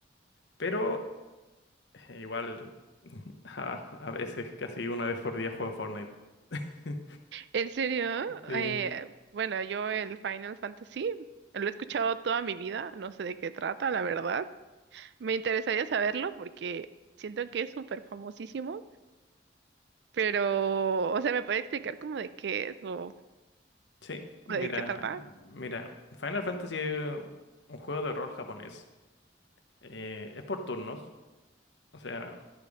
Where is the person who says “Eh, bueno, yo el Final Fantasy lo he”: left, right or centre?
Right